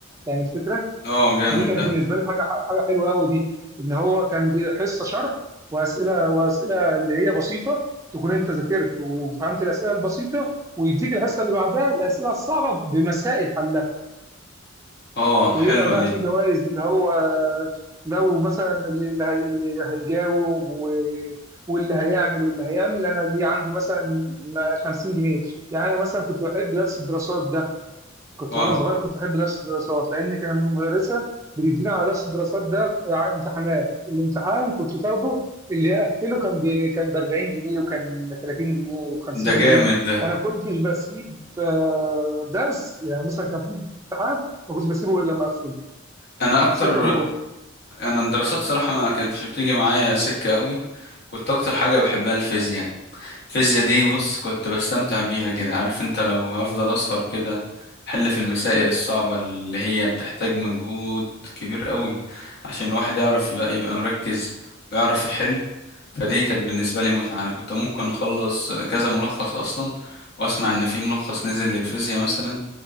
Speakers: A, on the right (about 15°); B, on the left (about 55°).
A: يعني الفكره
B: اه جامد
A: فدي كانت
B: ده
A: بالنسبه لي حاجه حاجه حلوه قوي دي ان هو كان بي- حصه شرح واسئله واسئله اللي هي بسيطه تكون انت ذاكرت وفهمت الاسئله البسيطه ويديك الحصه اللي بعدها الاسئله الصعبه بمسائل حلها
B: اه حلوة
A: ويبقى بقى
B: دي
A: في جوائز اللي هو لو مثلا اللي اللي هي- اللي هيجاوب و... واللي هيعمل واللي هيعمل انا اللي عندي مثلا 50 جنيه يعني انا مثلا كنت بحب درس الدراسات ده كنت
B: اه
A: وانا صغير كنت احب درس الدراسات لان كان المدرسه بتدينا على درس الدراسات ده ع- امتحانات الامتحان كنت تاخده اللي يقفله كان ب... كان ب 40 جنيه وكان 30 جنيه و50
B: ده
A: جنيه
B: جامد ده
A: انا كنتش بسيب آه، درس يعني مثلا كان في امتحان ما كنتش بسيبه غير لما اقفله
B: انا اكتر
A: سكه دغري
B: انا الدراسات صراحة ما كانتش بتيجي معايا سكة قوي كنت اكتر حاجة بحبها الفيزياء الفيزياء دي بص كنت بستمتع بيها كده عارف انت لو هفضل اسهر كده حل في المسائل الصعبة اللي هي بتحتاج مجهود كبير قوي عشان الواحد يعرف يبقى يبقى مركز ويعرف يحل فدي كانت بالنسبة لي متعة أنا كنت ممكن أخلص كذا ملخص أصلا وأسمع إن في ملخص نزل للفيزياء مثلا